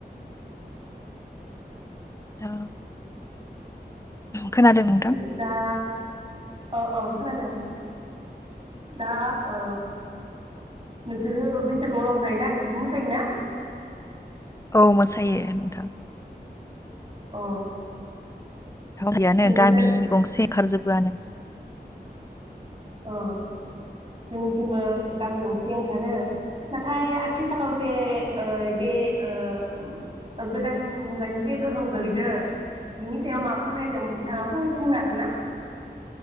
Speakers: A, on the left; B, on the right.
A: दा खोनादों नोंथां
B: ओ दा ओ-ओ खोनादों नोंथां दा ओ नोंसोरो बैसागुआव रंजायोना नोंसोरबो मोसायोना
A: औ मोसायो नोंथां
B: अ
A: गैयानो
B: नोंसोर
A: गामि गंसे ओंखारजोब बोआनो
B: ओ जोंनिथिंबो गामि गंसे ओंखारो नाथाय आथिखालाव जे ओइ बे ओ गोदान मुगानि जे गोहोम गोलैदों बिनि सायाव मा बुंनो नागिरदों नोंथाङा फंनैसो बुंनो हागोन ना